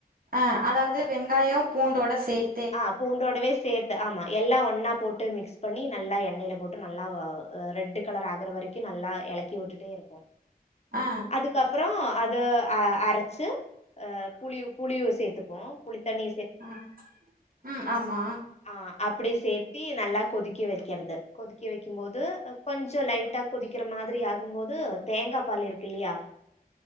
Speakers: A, on the right; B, on the left.
A: ஆ அதாவது வெங்காயோ பூண்டோட சேத்
B: ஆ பூண்டோடவே சேத் து ஆமா எல்லா ஒன்னா போட்டு மிக்ஸ் பண்ணி நல்லா எண்ணெயில போட்டு நல்லா வ அ ரெட்டு் கலர் ஆகற வரைக் கி நல்லா எலக்கி விட்டுட்டே இருப்போ
A: ஆ
B: அதுக்கப்புறோ அது அ அரச்சு அ புளி புளியு சேத்துப்போ புளித்தண்ணி
A: ம் உம் ஆமா
B: ஆ அப்டி சேர்த்தி நல்லா கொதிக்க வெக்கறது கொதிக்க வெக்கும் போது அ கொஞ் கொஞ்சோ லைட்டா கொதிக்கற மாத்ரி ஆகும் போது தேங்கா பால் இருக்கு இல்லையா